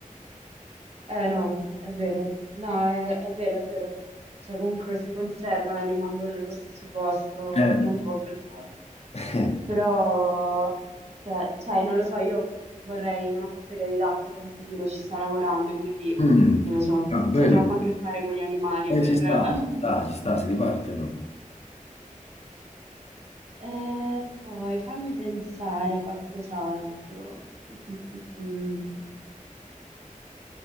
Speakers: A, on the right; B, on the left.
A: Eh no, è vero. No, è, è vero, è vero. Cioè, comunque si conservano e rimangono nello stesso posto,
B: Eh,
A: non ci avevo pensato.
B: <laughs> eh,
A: Però, se- cioè, non lo so, io vorrei una fattoria didattica in futuro, ci sto lavorando, quindi
B: mm.
A: non lo so.
B: Ah, bello.
A: C'ho troppo a che fare con gli animali
B: Eh,
A: per...
B: ci sta,
A: <laughs>
B: ci sta, ci sta, se ti parti allora.
A: Eh, poi fammi pensare qualcos'altro. Mm, mm, mm, mm.